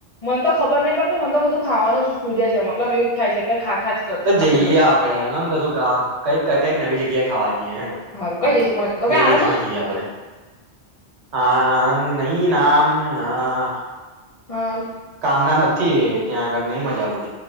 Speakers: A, on the left; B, on the right.
A: મને તો ખબર નહી પડતી મને તો બધું ખાવાનું જ સુજે છે મતલબ એવું જ થાય છે કે. ખા ખા જ કરું
B: તો જઈએ
A: આખો દિવસ
B: આપડે હણંદ શું કઈક કઈક નવી જગ્યાએ ખાવા જઈએ હેડ
A: સારું કઈ જઈશું પણ તો
B: બે
A: કે આણંદ
B: દિવસમાં
A: જ
B: જઈએ આપડે. હ આનંદ નઈ નામ. ના
A: સારું
B: કામ ના નથી. થી એ ત્યાં આગળ નઈ મજા આવ